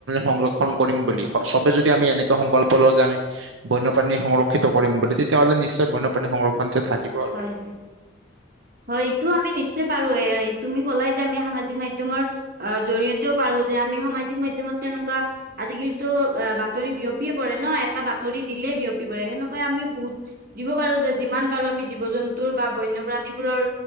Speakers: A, on the right; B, on the right.
A: সংৰক্ষণ কৰিম বুলি চবে যদি আমি এনেকুৱা সংকল্প লওঁ যে আমি বন্যপ্ৰাণী সংৰক্ষিত কৰিম। বুলি তেতিয়াহ'লে নিশ্চয় বন্যপ্ৰাণী সংৰক্ষণ থাকিব আৰু
B: হয় হয় হয় এইটো আমি নিশ্চয় পাৰো এই তুমি কলাই যে আমি সামাজিক মাধ্যমৰ অ জৰিয়তেও পাৰো যে আমি সামাজিক মাধ্যমৰ তেনেকুৱা আজিকালিতো অ বাতৰি বিয়পিয়ে পৰে ন এটা বাতৰি দিলেই বিয়পি পৰে সেনেকুৱাই আমি বহুত দিব পাৰো যে যিমান পাৰো আমি জীৱ জন্তুৰ বা বন্যপ্ৰাণীবোৰৰ